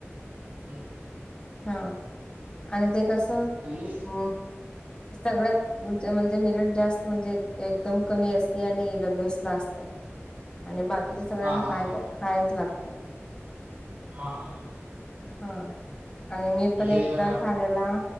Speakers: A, on the right; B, on the left.
A: हो.
B: हा आणि ते कसं?
A: <unintelligible>
B: हो. सगळ्यात म्हणजे म्हणजे मिरिट जास्त म्हणजे एकदम कमी असते आणि ई डब्ल्यू एस ला अस आणि बाकीच्या सगळ्यांना
A: हा हा हा
B: हाय हायच लागत.
A: हा हा.
B: हा आणि मी
A: हे
B: पण एकदा
A: अ,
B: ठाण्याला